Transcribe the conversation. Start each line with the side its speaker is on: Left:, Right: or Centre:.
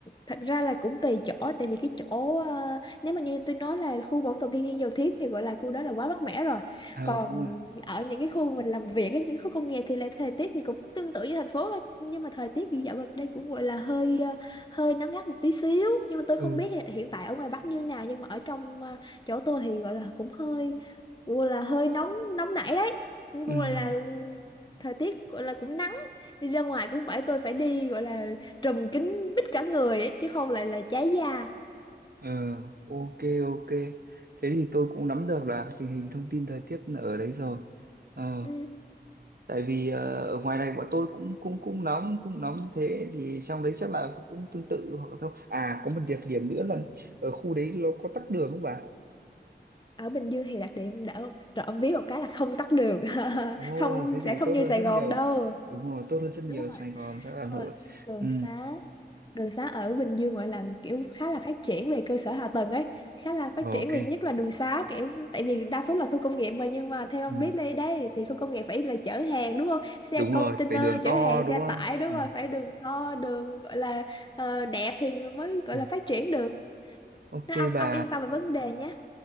Left: thật ra là cũng tùy chỗ tại vì cái chỗ ờ, nếu mà như tôi nói là khu bảo tồn thiên nhiên Dầu Thiết thì gọi là khu đó là quá mát mẻ rồi
Right: ờ
Left: còn
Right: đúng rồi
Left: ở những cái khu mình làm việc ấy, những khu công nghiệp thì lại thời tiết thì cũng tương tự như thành phố thôi nhưng mà thời tiết thì dạo gần đây cũng gọi là hơi ờ, hơi nắng gắt một tí xíu nhưng mà tôi không
Right: ừ
Left: biết là hiện tại ở ngoài Bắc như nào nhưng mà ở trong ờ, chỗ tôi thì gọi là cũng hơi gọi là hơi nóng nóng nảy đấy cũng
Right: ừ
Left: gọi là thời tiết gọi là cũng nắng đi ra ngoài cũng phải tôi phải đi gọi là trùm kín mít cả người ấy, chứ không lại là cháy da
Right: ừ ok ok thế thì tôi cũng nắm được là tình hình thông tin thời tiết ở đấy rồi Ờ,
Left: ừ.
Right: tại vì ờ, ở ngoài này bọn tôi cũng cũng cũng nóng cũng nóng như thế thì trong đấy chắc là cũng tương tự hoặc là không à có một đặc điểm nữa là ở khu đấy nó có tắc đường không bà
Left: ở Bình Dương thì đặc điểm đỡ trộm vía một cái là không tắt đường <laughs>
Right: ồ
Left: không
Right: thế
Left: sẽ
Right: thì
Left: không
Right: tốt
Left: như
Right: hơn
Left: Sài
Right: rất
Left: Gòn
Right: nhiều
Left: đâu
Right: đúng rồi tốt hơn rất
Left: đúng
Right: nhiều
Left: rồi
Right: Sài Gòn rất là
Left: ờ,
Right: Hà Nội
Left: đường
Right: ừ,
Left: xá đường xá ở Bình Dương gọi là kiểu khá là phát triển về cơ sở hạ tầng ấy khá là phát
Right: ok
Left: triển về nhất là đường xá kiểu tại vì đa số là khu công nghiệp mà nhưng mà theo
Right: ừ,
Left: ông biết đây đây thì khu công nghiệp phải là chở hàng đúng không xe
Right: đúng
Left: container
Right: rồi phải đường to
Left: chở hàng xe
Right: đúng
Left: tải
Right: không
Left: đúng
Right: ừ,
Left: rồi phải đường to đường gọi là ờ, đẹp thì mới gọi
Right: ừ.
Left: là phát triển được
Right: ok
Left: Nên ông ông
Right: bà
Left: yên tâm về vấn đề nhé.